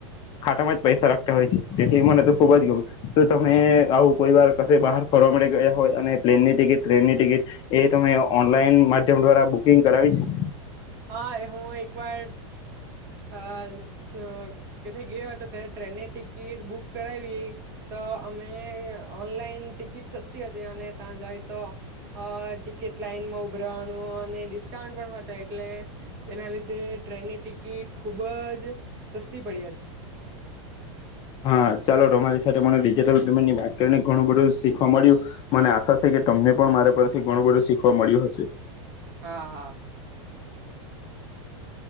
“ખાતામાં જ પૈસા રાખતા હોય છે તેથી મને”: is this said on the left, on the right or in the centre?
Left